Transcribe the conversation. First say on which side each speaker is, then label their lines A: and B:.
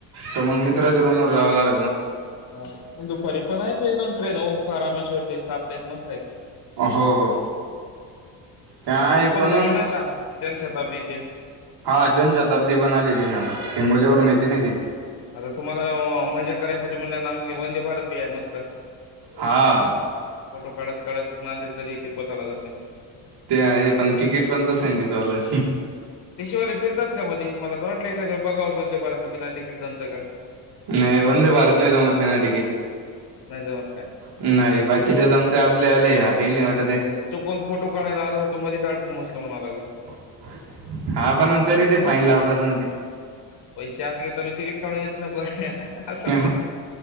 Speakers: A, on the right (about 60°); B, on the left (about 60°).
A: तर मग मित्राच्या रूमवर जावं लाग
B: हा दुपारी पण हायत एक दोन ट्रेना <inaudible> रामेश्वर ते सप ते एक मस्त आहे.
A: हो हो ते आहेत
B: आता ही
A: पण
B: झाली
A: मंग
B: ना आता जनशताब्दी ते
A: हा जनशताब्दी पण आलेली ना आता हिंगोलीवरून येत ना ती.
B: आता तुम्हाला अ मजा करायसाठी म्हणलंना आपली वंदे भारत ती आहे मस्त
A: हा
B: फोटो काढ काढत नांदेड कधी येते पता लागत नाही.
A: ते आहे पण तिकीट पण तसं आहे तिचवालं
B: ते शिवाले फिरतात का मधी मला तर वाटलं एखादं वेळा बघावं डदे भारत न बिना तिकीटचं <inaudible>
A: नाही वंदे भारत नाही जमत बिना टिकीट
B: नाही जमत का?
A: नाही बाकीच्या जमत आपले लय हा <inaudible>
B: चुकून फोटो काढायला आलो होतो मधीच अडकून बसलो म्हणावं लागल
A: हा. हा! पण तरी ते फाईन लावतच ना ते
B: पैसे असले, तर मी तिकीट काढून येत नको
A: <inaudible>
B: असं